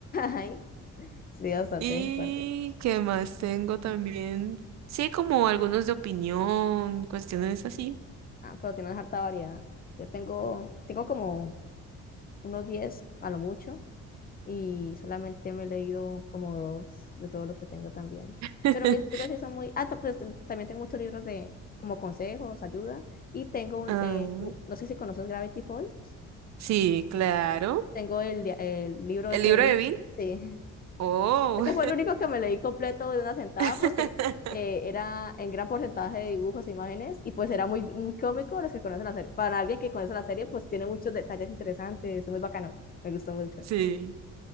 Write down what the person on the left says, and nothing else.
Ay, sí, bastante
fuerte.
Ah, pero tienes harta variedad. Yo tengo, tengo como unos 10 a lo mucho y solamente me he leído como dos de todos los que tengo también.
Pero mis libros sí son muy... Ah, t- pues t- también tengo muchos libros de como consejos, ayuda. Y tengo, un,
eh, u- no sé si conoces Gravity Falls.
Tengo el, dia- el libro
ese
de Bill.
Sí.
Ese fue el único que me leí completo de una sentada
porque eh, era en gran porcentaje de dibujos e imágenes y pues era muy, muy cómico los que conocen la serie. Para alguien que conoce la serie, pues tiene muchos detalles interesantes, es muy bacano, me gustó mucho.